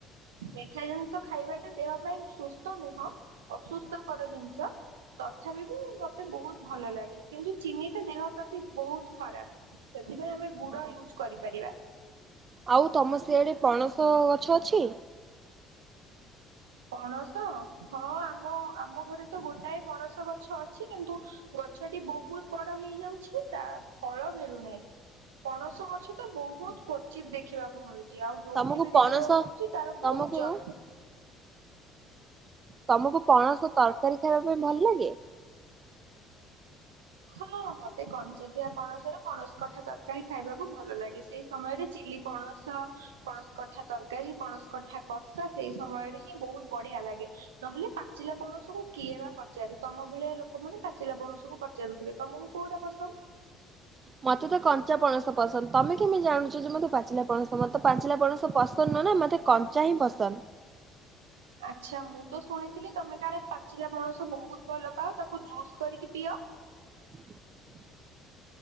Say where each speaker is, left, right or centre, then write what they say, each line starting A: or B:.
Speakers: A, on the right (about 80°); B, on the right (about 35°).
A: ମିଠା ଜିନିଷ ଖାଇବାଟା ଦେହ ପାଇଁ ସୁସ୍ଥ ନୁହଁ ଅସୁସ୍ଥକର ଜିନିଷ ତଥାପି ବି ମତେ ବହୁତ ଭଲ ଲାଗେ। କିନ୍ତୁ ଚିନିଟା ଦେହ ପ୍ରତି ବହୁତ ଖରାପ। ସେଥିପାଇଁ ଆମେ ଗୁଡ
B: ହଁ
A: ୟୁଜ କରିପାରିବା।
B: ଆଉ ତମ ସିଆଡ଼େ ପଣସ ଗଛ ଅଛି?
A: ପଣସ ହଁ ଆମ ଆମ ଘରେ ତ ଗୋଟାଏ ପଣସ ଗଛ ଅଛି କିନ୍ତୁ ଗଛଟି ବହୁତ ବଡ ହେଇଯାଉଛି ତା ଫଳ ମିଳୁନାହିଁ। ପଣସ ଗଛ ତ ବହୁତ କ୍ଵଚିତ ଦେଖିବାକୁ ମିଳୁଚି। ଆଉ ଯୋଉଠି
B: ତମକୁ
A: ବି
B: ପଣସ
A: ଦେଖିବାକୁ ମିଳୁଛି ତାର
B: ତମକୁ
A: ବହୁତ ଯ
B: ତମକୁ ପଣସ ତରକାରୀ ଖାଇବା ପାଇଁ ଭଲ ଲାଗେ?
A: ହଁ ମତେ କଞ୍ଚା ଥିବା ପଣସ ର ପଣସ କଠା ତରକାରୀ ଖାଇବାକୁ ଭଲ ଲାଗେ। ସେ ସମୟରେ ଚିଲି ପଣସ ପଣସ କଠା ତରକାରୀ ପଣସ କଠା କଷା ସେଇ ସମୟରେ ହିଁ ବହୁତ ବଢିଆ ଲାଗେ। ନହେଲେ ପାଚିଲା ପଣସକୁ କିଏ ବା ପଚାରେ। ତମ ଭଳିଆ ଲୋକମାନୋନ ପାଚିଲା ପଣସକୁ ପଚାରୁଥିବେ। ତମକୁ କୋଉଟା ପସନ୍ଦ?
B: ମତେ ତ କଞ୍ଚା ପଣସ ପସନ୍ଦ। ତମେ କେମିତି ଜାଣୁଚ ଯେ ମୋତେ ପାଚିଲା ପଣସ ମତେ ପାଚିଲା ପଣସ ପସନ୍ଦ ନୁହେଁ ନା ମତେ କଞ୍ଚା ହିଁ ପସନ୍ଦ।
A: ଆଛା ମୁଁ ତ ଶୁଣିଥିଲି ତମେ କାଳେ ପାଚିଲା ପଣସ ବହୁତ ଭଲ ପାଅ ତାକୁ ଜୁସ୍ କରିକି ପିଅ।
B: ହ <inaudible>